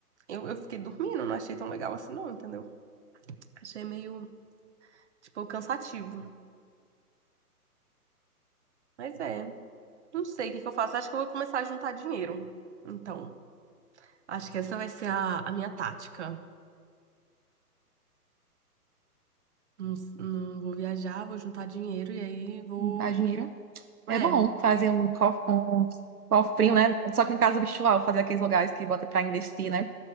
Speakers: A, on the right; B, on the right.
A: Eu, eu fiquei dormindo, não achei tão legal assim, não, entendeu? Achei meio Tipo, cansativo. Mas é, não sei o que que eu faço. Acho que eu vou começar a juntar dinheiro. Então, acho que essa vai ser a, a minha tática. Não, s- não vou viajar, vou juntar dinheiro e aí vou.
B: Não Dá dinheiro É
A: É,
B: bom fazer um, co- um cofrinho, né? Só que em casa virtual, fazer aqueles lugares que bota pra investir, né?